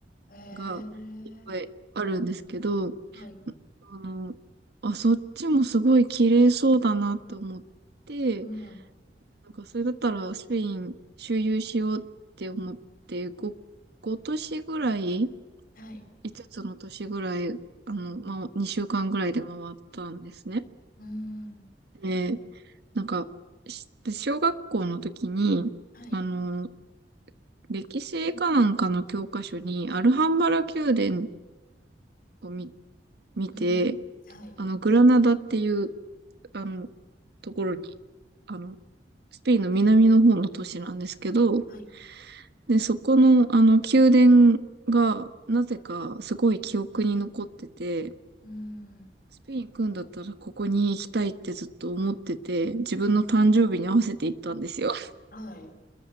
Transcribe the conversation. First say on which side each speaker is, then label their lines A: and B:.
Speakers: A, on the left; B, on the right.
A: へえ。
B: がいっぱいあるんですけど、
A: はい。
B: あの、あ、そっちもすごい綺麗そうだなって思って、
A: うん。
B: なんかそれだったらスペイン周遊しようって思って5、ごご都市ぐらい
A: はい。
B: 5つつの都市ぐらい、あの、ま、2週間ぐらいで回ったんですね。
A: うん。
B: で、なんか、し小学校の時に、
A: はい。
B: あの、歴史かなんかの教科書に、アルハンバラ宮殿を見、見て、
A: うん。はい。
B: あの、グラナダっていう、あの、ところに、あの、スペインの南の方の都市なんですけど、
A: はい。
B: で、そこの、あの、宮殿が、なぜか、すごい記憶に残ってて、
A: うん。
B: スペイン行くんだったらここに行きたいってずっと思ってて、自分の誕生日に合わせて行ったんですよ。
A: うんはい。